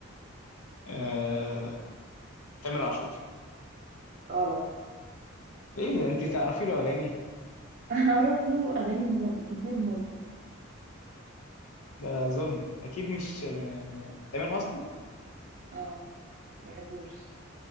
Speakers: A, on the left; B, on the right.
A: آه، تامر عاشور
B: غلط
A: ايه ده انت تعرفي له اغاني
B: <laughs> انا اعرف له اغاني مو... كتير موت
A: ده ظلم اكيد مش م... م... تامر حسني
B: اه ما بحبوش